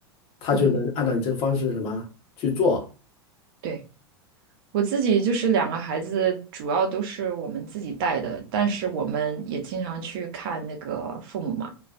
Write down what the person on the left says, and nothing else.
她就能按照你这个方式什么去做。